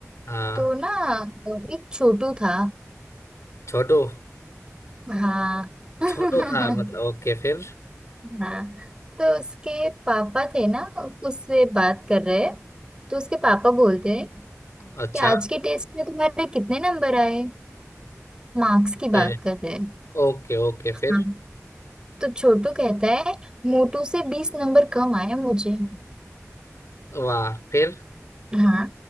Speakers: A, on the left; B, on the right.
A: हाँ
B: तो ना एक छोटू था
A: छोटू
B: हाँ <laughs>
A: छोटू था मतलब ओके फिर
B: हाँ तो उसके पापा थे ना उससे बात कर रहे हैं। तो उसके पापा बोलते हैं कि
A: अच्छा
B: आज के टेस्ट में तुम्हारे कितने नंबर आए मार्क्स की
A: ओके
B: बात कर रहे हैं
A: ओके ओके
B: हाँ
A: फिर
B: तो छोटू कहता है मोटू से बीस नंबर कम आए मुझे
A: वाह फिर
B: हाँ